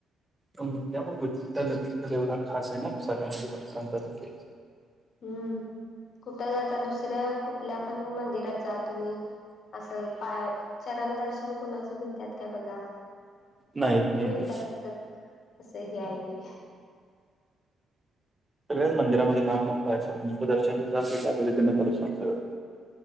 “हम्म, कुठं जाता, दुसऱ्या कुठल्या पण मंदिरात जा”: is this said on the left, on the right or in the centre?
Left